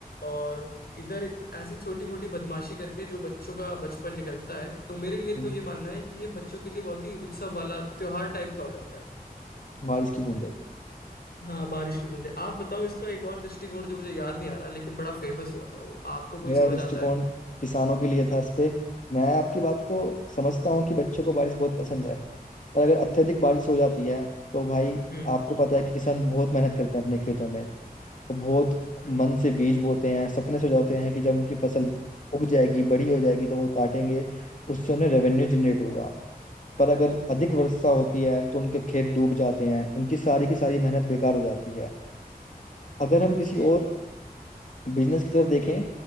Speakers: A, on the left; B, on the left.
A: और इधर ऐसी छोटी मोटी बदमाशी करके जो बच्चों का बचपन निकलता है तो मेरे लिए
B: हम्म
A: तो ये मानना है कि ये बच्चों के लिए बहुत ही उत्सव वाला त्योहार टाइप का हो जाता है
B: बारिश की बूंदें
A: हाँ बारिश की बूंदें आप बताओ इसका एक और दृष्टिकोण जो मुझे याद नहीं आ रहा लेकिन बड़ा फेमस हुआ था वो आपको कुछ
B: मेरा
A: समझ
B: दृष्टिकोण
A: आता है
B: किसानों के लिए था इस पे मैं आपकी बात को समझता हूँ कि बच्चों को बारिश बहुत पसंद है पर अगर अत्यधिक बारिश हो जाती है तो भाई
A: हम्म
B: आपको पता है कि किसान बहुत मेहनत करते हैं अपने खेतों में वो बहुत
A: हम्म
B: मन से बीज बोते हैं सपने सजाते हैं कि जब उनकी फसल उग जाएगी बड़ी हो जाएगी तो वो काटेंगे उससे उन्हें रेवेन्यू जनरेट होगा पर अगर अधिक वर्षा होती है तो उनके खेत डूब जाते हैं उनकी सारी की सारी मेहनत बेकार हो जाती है अगर हम किसी
A: जी
B: और
A: जी
B: बिजनेस की तरफ देखें